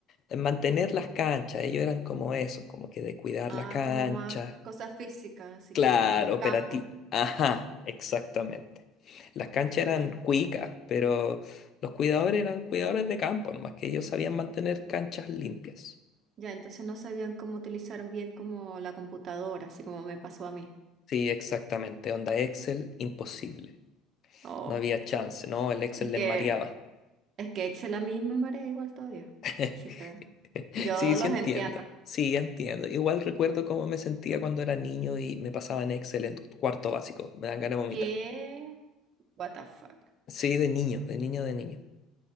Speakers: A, on the left; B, on the right.
A: eh, Mantener las canchas, ellos eran como eso, como que de cuidar
B: Ah,
A: la cancha,
B: como más cosas físicas, así
A: Claro,
B: como en el
A: operativo.
B: campo.
A: Ajá, exactamente. Las canchas eran
B: Ya.
A: cuicas, pero los cuidadores eran cuidadores de campo, nomás que ellos sabían mantener canchas limpias.
B: Ya, entonces no sabían cómo utilizar bien como la computadora, así como me pasó a mí.
A: Sí, exactamente. Onda Excel, imposible.
B: Oh,
A: No había chance, ¿no? El Excel
B: es
A: les
B: que,
A: mareaba.
B: es que Excel a mí me marea igual todavía.
A: <laughs>
B: Así que yo
A: Sí, sí
B: los
A: entiendo.
B: entiendo.
A: Sí, entiendo. Igual recuerdo cómo me sentía cuando era niño y me pasaba en Excel en cuarto básico. Me dan ganas de vomitar.
B: ¿Qué? What the fuck.
A: Sí, de niño, de niño, de niño.